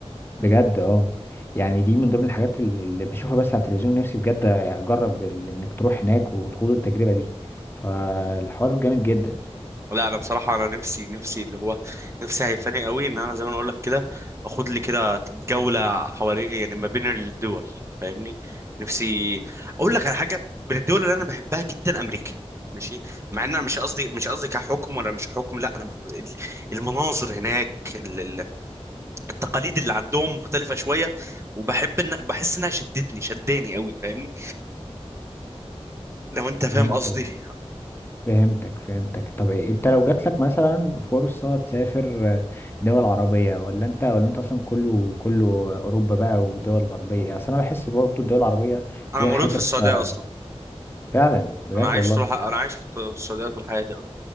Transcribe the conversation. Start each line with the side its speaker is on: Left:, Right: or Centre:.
Left: بجد اه يعني دي من ضمن الحاجات اللي اللي بشوفها بس على التلفزيون نفسي بجد اجرب ال- انك تروح هناك وتخوض التجربة دي فالحوار جامد جدا
Right: لا انا بصراحه انا نفسي نفسي اللي هو نفسي هيفاني قوي ان انا زي ما انا اقول لك كده اخد لي كده جوله حوالي يعني ما بين الدول فاهمني نفسي اقول لك على حاجه من الدول اللي انا بحبها جدا امريكا ماشي مع ان انا مش قصدي مش قصدي كحكم ولا مش حكم لا انا ب- ال- المناظر هناك ال- ال- التقاليد اللي عندهم مختلفه شويه وبحب ان بحس انها شدتني شداني قوي فاهمني لو انت فاهم
Left: فهمتك
Right: قصدي
Left: فهمتك فهمتك طب إيه انت لو جات لك مثلا فرصة تسافر آه، دول عربية ولا انت ولا انت اصلا كله كله اوروبا بقى ودول غربية اصل انا بحس برضه الدول العربية فيها
Right: انا مولود
Left: حتت
Right: في السعوديه
Left: آه،
Right: اصلا
Left: فعلا بجد
Right: انا عايش
Left: والله
Right: طول ح... انا عايش في الت- في السعوديه طول حياتي